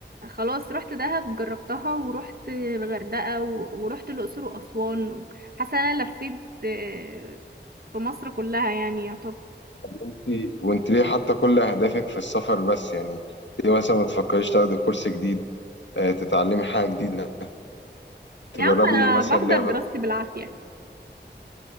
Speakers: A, on the right; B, on the left.
A: خلاص رحت دهب جربتها ورحت الغردقه و- ورحت الاقصر واسوان حاسه ان انا لفيت آه، في مصر كلها يعني يا طب
B: انت وانت ليه حاطه كل اهدافك في السفر بس يعني ليه مثلا ما تفكريش تاخدي كورس جديد آه، تتعلمي حاجه جديده تجربي
A: يا عم انا
B: مثلا
A: بحضر
B: لعبه
A: دراستي بالعافيه